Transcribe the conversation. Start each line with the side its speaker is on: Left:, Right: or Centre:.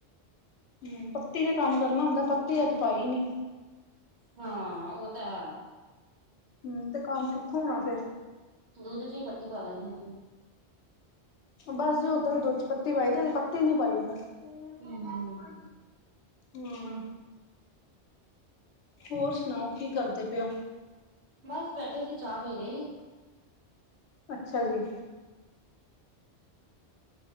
Left: ਹਮ ਪੱਤੀ ਨੇ ਕੰਮ ਕਰਨਾ ਹੁੰਦਾ ਪੱਤੀ ਅੱਜ ਪਾਈ ਨੀ।
Right: ਹਾਂ ਉਹ ਤਾਂ ਹੈ।
Left: ਹਮ ਤੇ ਕੰਮ ਕਿੱਥੋਂ ਹੋਣਾ ਫੇਰ।
Right: ਦੁੱਧ ਚ ਹੀ ਪੱਤੀ ਪਾ ਲੈਣੀ ਹ।
Left: ਬਸ ਜੇ ਓਦਾਂ ਵੀ ਦੁੱਧ ਚ ਪੱਤੀ ਪਾਈ ਤੇ ਪੱਤੀ ਈ ਨੀ ਪਾਈ ਬਸ।
Right: ਹੂੰ ਹੂੰ।
Left: ਹੁੰਆ ਹੋਰ ਸੁਣਾਓ ਕੀ ਕਰਦੇ ਪਏ ਓ।
Right: ਬਸ ਬੈਠੇ ਸੀਂ ਚਾਹ ਪੀ ਰਹੇ ਹੀ।
Left: ਅੱਛਾ ਜੀ।